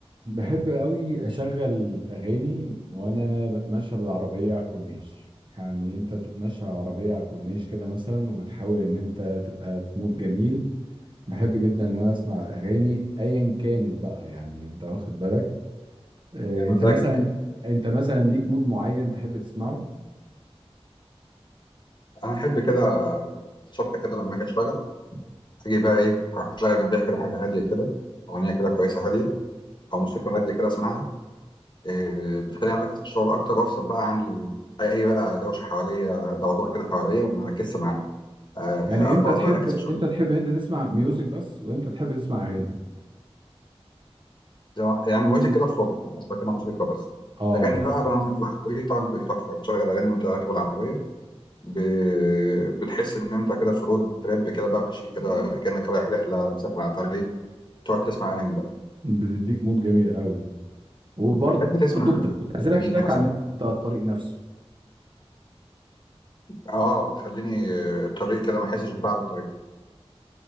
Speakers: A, on the right (about 50°); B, on the left (about 45°).
A: بحب قوي اشغل اغاني وانا بتمشى بالعربيه على الكورنيش يعني انت بتتمشى على العربيه على الكورنيش كده مثلا وبتحاول ان انت تبقى في مود جميل بحب جدا ان انا اسمع اغاني ايا كانت بقى يعني انت واخد بالك آه،
B: يا مزاجك
A: انت مثلا انت مثلا ليك مود معين تحب تسمعه
B: انا احب كده الصبح كده لما اجي اشتغل اجي بقى ايه اروح اشغل جنبيها كده حاجه هاديه كده اغنيه كده كويسه هاديه او موسيقى هاديه كده اسمعها إيه بتخليني اركز في الشغل اكتر وافصل بقى عن ال- اي بقى دوشه حواليا ضوضاء كده حواليا ما اركزش معاها آه
A: يعني امتى
B: خلاص
A: تحب
B: بقى اركز
A: امتى
B: في الشغل
A: تحب انت تسمع ميوزك بس وامتى تحب تسمع اغاني
B: زي ما- يعني مودي كده الصبح انا اسمع كده موسيقى بس
A: اه
B: اغاني بقى لو انا مثلا في العربيه طبعا تبقى دي تحفه بتشغل اغاني وانت راكب العربيه ب... بتحس ان انت كده في رود تريب كده بقى ماشي كده كانك رايح رحله مسافر على طريق تقعد تسمع اغاني بقى
A: بتديك مود جميل قوي وبرضه
B: بتحب تسمع
A: بت- بتعزلك
B: لمين مثلا
A: عن الطريق نفسه
B: اه بتخليني آه، الطريق كده ما احسش بتعب الطريق